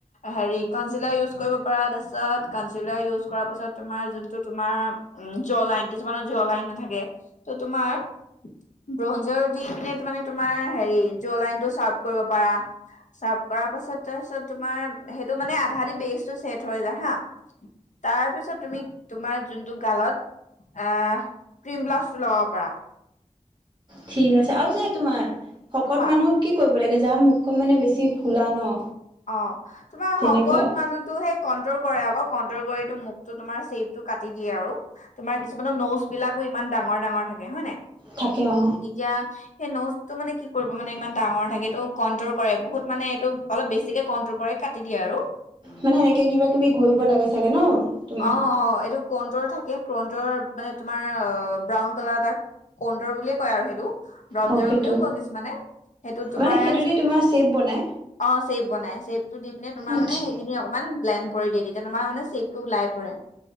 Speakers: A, on the left (about 70°); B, on the right (about 35°).
A: হেৰি কঞ্চিলাৰ ইউচ কৰিব পৰা তাৰ পাছত কঞ্চিলাৰ ইউচ কৰাৰ পাছত তোমাৰ জোনটো তোমাৰ উম ', জ লাইন কিছুমানৰ জ লাইন নাথাকে তোমাৰ ব্ৰঞ্জৰ দি পিনে তোমাৰ জ লাইনটো শ্বাৰ্প কৰিব পাৰা শ্বাৰ্প কৰা পাছত তাৰপিছত তোমাৰ সেইটো মানে আধা দি বেচটো চছেট হৈ যায় হা তাৰ পিছত তুমি তোমাৰ যোনটো গালত আহ ক্ৰীম ব্লাছটো লগাব পাৰা।
B: ঠিক আছে আৰু যে তোমাৰ ভকত
A: কোৱা
B: মানুহক কি কৰিব লাগে যাৰ মুখ মানে বেছি ফুলা ন?
A: অ', তোমাৰ
B: তেনেকুৱা
A: শকত মানুহতো এই কন্ট্ৰল কৰেই আকৌ কন্ট্ৰল কৰি মুখতো তোমাৰ চেপটো কাটি দিয়ে আৰু তোমাৰ কিছুমানো নোচ বিলাকো ইমান ডাঙৰ ডাঙৰ থাকে হয় নে নাই।
B: থাকে অ
A: এতিয়া। সেই নোচটো মানে কি কৰিব মানে ইমান ডাঙৰ থাকে। এইটো কণ্ট্ৰল কৰে বহুত মানে এইটো অলপ বেছি। বেছিকে কনতল কৰে কাটি দিয়ে আৰু।
B: মানে এনেকে কিবা কিবি ঘূৰিব লাগে চাগে ন। তোমাৰ
A: অ' অ' এইটো কনটোৰ থাকে। ক্ৰণ্ডৰ মানে তোমাৰ ব্ৰাউন কালাৰ টা ক্ৰণ্ডৰ বুলিয়ে কয় আৰু সেইটো। ব্ৰাউনজাৰ
B: অ সেইটো
A: বুলি কয় কিছুমানে সেইটো তোমাৰ
B: মানে সেইটো দি তোমাৰ চেপ বনাই
A: অ চেপ বনায়। চেপটো দি পিনে
B: আচ্ছা
A: সেইখিনি অকণমান ব্লেন। কৰি দিয়ে তেতিয়া তোমাৰ মানে চেপ। টো ওলাই পৰে।